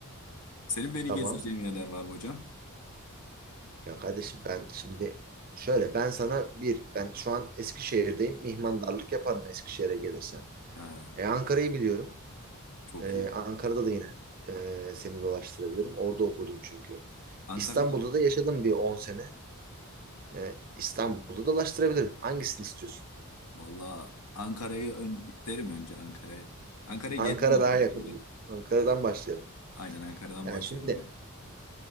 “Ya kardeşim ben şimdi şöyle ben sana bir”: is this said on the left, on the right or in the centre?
Right